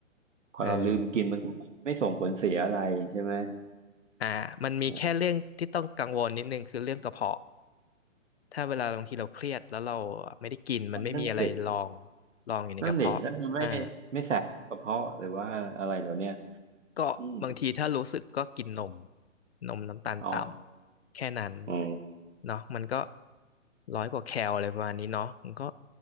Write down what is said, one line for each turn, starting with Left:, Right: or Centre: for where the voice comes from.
Right: พอเราลืมกินมันก็ไม่ไม่ส่งผลเสียอะไรใช่ไหม
Left: เออ อ่ามันมีแค่เรื่องที่ต้องกังวลนิดนึงคือเรื่องกระเพาะ
Right: อ๋อ
Left: ถ้าเวลาบางทีเราเครียดแล้วเราไม่ได้กินมันไม่มีอะไรรอง
Right: นั่นน่ะสิ
Left: รองอยู่ในกระเพาะอ่า
Right: นั่นดิแล้วมันไม่ไม่แสบกระเพาะหรือว่าอะไรเหล่าเนี้ย
Left: ก็บางทีถ้ารู้สึกก็กินนม
Right: อืม
Left: นมน้ำตาลต่ำแค่นั้น
Right: อ๋ออืม
Left: เนาะมันก็ร้อยกว่าแคลอะไรประมาณนี้เนาะมันก็